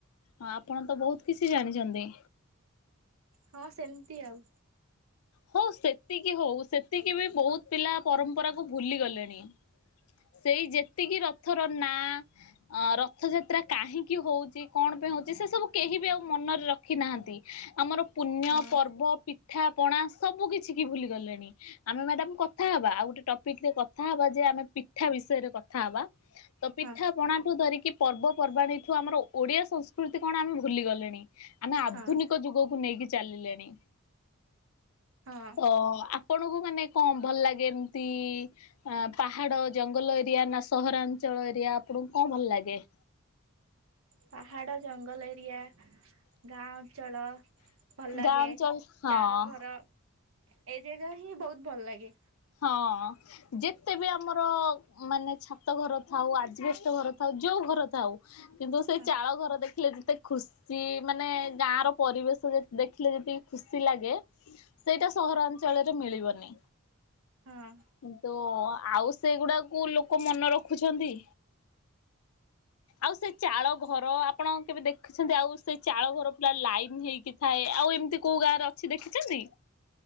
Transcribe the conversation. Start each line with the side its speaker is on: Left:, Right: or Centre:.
Left: ହଁ ଆପଣ ତ ବହୁତ କିଛି ଜାଣିଛନ୍ତି।
Right: ହଁ ସେମିତି ଆଉ।
Left: ହଉ ସେତିକି ହଉ ସେତିକି ବି ବହୁତ ପିଲା ପରମ୍ପରାକୁ ଭୁଲିଗଲେଣି। ସେଇ ଯେତିକି ରଥର ନା ଅ ରଥଯାତ୍ରା କାହିଁକି ହଉଛି କଣପାଇଁ ହଉଛି ସେ ସବୁ କେହି ବି ଆଉ ମନରେ ରଖିନାହାନ୍ତି। ଆମର ପୁଣ୍ୟ
Right: ହଁ
Left: ପର୍ବ ପିଠା ପଣା ସବୁ କିଛି କି ଭୁଲି ଗଲେଣି। ଆମେ ମ୍ୟାଡାମ କଥା ହବା ଆଉ ଗୋଟେ ଟପିକରେ କଥା ହବା ଯେ ଆମେ ପିଠା ବିଷୟରେ କଥା ହବା। ତ ପିଠା
Right: ହଁ
Left: ପଣାଠୁ ଧରିକି ପର୍ବପର୍ବାଣୀଠୁ ଆମର ଓଡିଆ ସଂସ୍କୃତି କଣ ଆମେ ଭୁଲି ଗଲେଣି। ଆମେ ଆଧୁନିକ
Right: ହଁ
Left: ଯୁଗକୁ ନେଇକି ଚାଲିଲେଣି।
Right: ହଁ
Left: ତ ଆପଣଙ୍କୁ ମାନେ କଣ ଭଲ ଲାଗେ ଏମିତି। ଆ ପାହାଡ ଜଙ୍ଗଲ ଏରିଆ ନା ସହରାଞ୍ଚଳ ଏରିଆ ଆପଣଙ୍କୁ କଣ ଭଲ ଲାଗେ।
Right: ପାହାଡ଼ ଜଙ୍ଗଲ ଏରିଆ ଗାଁ ଅଞ୍ଚଳ। ଭଲ ଲାଗେ,
Left: ଗାଁ ଅଞ୍ଚଳ ହଁ
Right: ଚାଳ ଘର, ଏ ଜାଗା ହିଁ ବହୁତ ଭଲ ଲାଗେ।
Left: ହଁ। ଯେତେ ବି ଆମର ମାନେ ଛାତଘର ଥାଉ, ଆଜବେଷ୍ଟ ଘର ଥାଉ, ଯୋଉ ଘର ଥାଉ କିନ୍ତୁ ସେ
Right: ହଁ
Left: ଚାଳ ଘର ଦେ ଖିଲେ ଯେତେ ଖୁସି ମାନେ ଗାଁର ପରିବେଶ ଦେଖିଲେ ଯେତିକି ଖୁସି ଲାଗେ, ସେଇଟା ସହରାଞ୍ଚଳରେ ମିଳିବନି,
Right: ହଁ।
Left: କିନ୍ତୁ ଆଉ ସେଗୁଡାକୁ ଲୋକ ମନେ ରଖୁଛନ୍ତି? ଆଉ ସେ ଚାଳ ଘର, ଆପଣ କେବେ ଦେଖ ଖିଛନ୍ତି? ଆଉ ସେ ଚାଳ ଘର ପୁରା ଲାଇନ ହେଇକି ଥାଏ, ଆଉ ଏମିତି କୋଉ ଗାଁରେ ଅଛି ଦେଖିଛନ୍ତି?